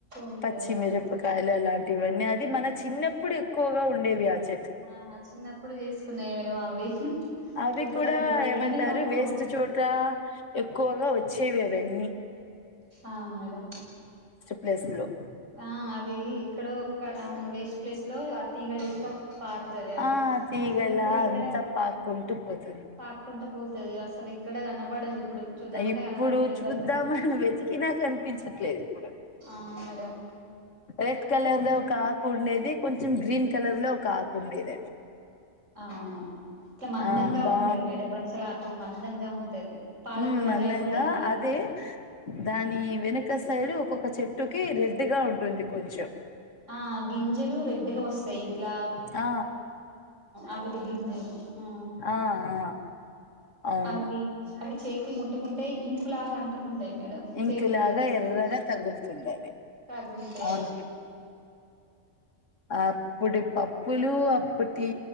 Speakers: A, on the right; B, on the left.
A: ఉంటది
B: పచ్చిమిరపకాయలు
A: దాంట్లో
B: అలాంటివన్నీ అది మన చిన్నప్పుడు. ఎక్కువగా ఉండేవి ఆహ్ చి.
A: ఆహ్ చిన్నప్పుడు చేసుకున్నాయి మేడం అవి.
B: అవి
A: ఇప్పుడు
B: కూడా
A: అది దొరకడమే
B: ఏమంటారు
A: కష్టం
B: వేస్ట్ చోట ఎక్కువగా వచ్చేవి అవి. అన్ని.
A: అవును మేడం.
B: ప్లేస్ లో
A: ఆహ్ అది ఇక్కడో ఒక్క అవును వేస్ట్ ప్లేస్ లో ఆ తీగలేక్క. పారుతాది అదే
B: ఆ తీగలా
A: అసలు ఇప్పుడు ఇక్కడ
B: అంతా పాక్కుంటూ పోతుంది
A: పాకుకుంట. పోతది అసలే. ఇక్కడ కనపడదు ఇప్పుడు చూద్దామంటే
B: ఇప్పుడు
A: కనపడతలే ఇవ్వి
B: చూద్దామని
A: అసలు.
B: వెతికినా కనిపించట్లేదు ఇప్పుడు
A: ఆహ్ మేడం.
B: రెడ్ కలర్ లో ఒక ఆకు ఉండేది కొంచెం గ్రీన్ కలర్ లో ఒక ఆకు ఉండేది అది.
A: అవును ఇట్లా మందంగా
B: ఆ బా
A: ఉంటది మేడం బచ్చలాకు మందంగా ఉంటది. పాలకూర
B: ఉ అందంగా
A: టైప్ ఉంటది ఇట్లా
B: అదే దాని వెనుక సైడ్ ఒక్కొక్క చెట్టుకి రెడ్గా ఉంటుంది కొంచెం
A: ఆ గింజలు రెడ్డిగా వస్త సెట్లా
B: ఆ
A: అవిటి గింజలు ఆ
B: ఆ ఆ అవును
A: అవి చె అవి చేతి ముట్టుకుంటే ఇంకులాగా అంటుకుంటాయి మేడం
B: ఇంకులాగా
A: చేతులు గింజలు
B: ఎర్రగా తగులుతుంది అది
A: సాగురికాయ
B: అవును
A: అవి
B: అప్పుటి పప్పులు అప్పటి